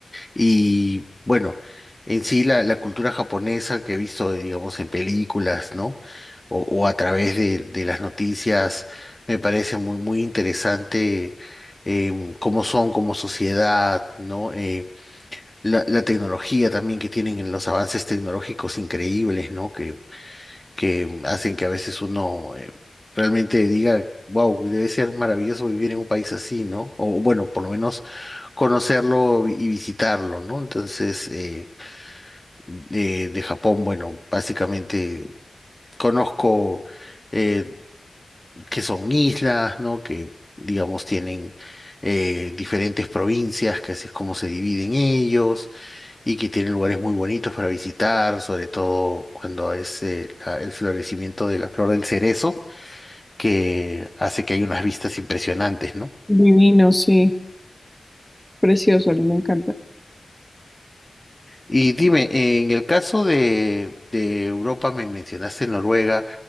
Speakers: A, on the left; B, in the centre.
A: Y bueno, en sí la, la cultura japonesa que he visto, digamos, en películas, ¿no? O, o a través de, de las noticias, me parece muy, muy interesante eh, cómo son como sociedad, ¿no? Eh, la, la tecnología también que tienen, en los avances tecnológicos increíbles, ¿no? Que, que hacen que a veces uno eh, realmente diga, wow, debe ser maravilloso vivir en un país así, ¿no? O bueno, por lo menos conocerlo y visitarlo, ¿no? Entonces, eh, de, de Japón, bueno, básicamente conozco eh, que son islas, ¿no? Que, digamos, tienen eh, diferentes provincias, que así es como se dividen ellos, y que tienen lugares muy bonitos para visitar, sobre todo cuando es eh, la- el florecimiento de la flor del cerezo, que hace que hay unas vistas impresionantes, ¿no?
B: Divino, sí, precioso, a mí me encanta.
A: Y dime, en el caso de, de Europa me mencionaste Noruega